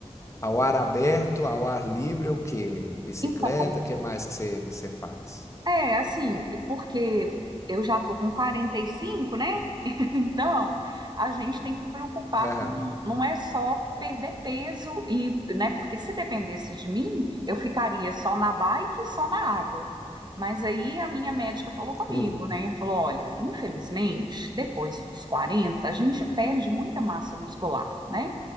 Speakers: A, on the left (about 25°); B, on the right (about 40°).
A: ao ar aberto, ao ar livre, é o quê? Bicicleta,
B: Então,
A: o que mais que você, que você faz?
B: é assim, porque eu já tô com 45, né? <laughs> Então, a gente tem que preocupar
A: <laughs>
B: com, não é só perder peso e, né, porque se dependesse de mim, eu ficaria só na bike e só na água. Mas aí a minha médica falou comigo,
A: Hum.
B: né? Falou: olha, infelizmente, depois dos 40 a gente perde muita massa muscular, né?